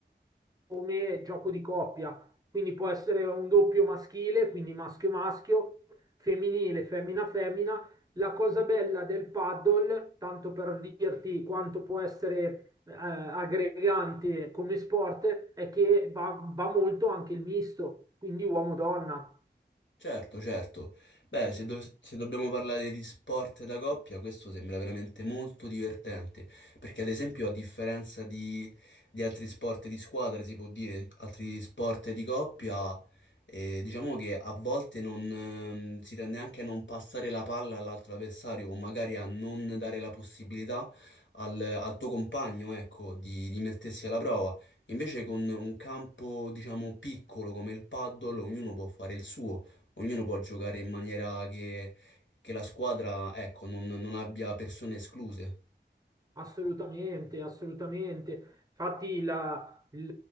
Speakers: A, on the right; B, on the left.
A: come gioco di coppia, quindi può essere un doppio maschile, quindi maschio maschio, femminile, femmina femmina. La cosa bella del paddle, tanto per dirti quanto può essere eh, aggregante come sport, è che va, va molto anche il misto, quindi uomo-donna.
B: Certo, certo. Beh, se, dov- se dobbiamo parlare di sport da coppia, questo sembra veramente molto divertente, perché ad esempio a differenza di, di altri sport di squadra, si può dire, altri sport di coppia, eh, diciamo che a volte non, ehm, si tende anche a non passare la palla all'altro avversario o magari a non dare la possibilità al, al tuo compagno, ecco, di di mettersi alla prova. Invece con un campo, diciamo, piccolo come il paddle, ognuno può fare il suo. Ognuno può giocare in maniera che, che la squadra, ecco, non, non abbia persone escluse.
A: Assolutamente, assolutamente. Infatti la- il,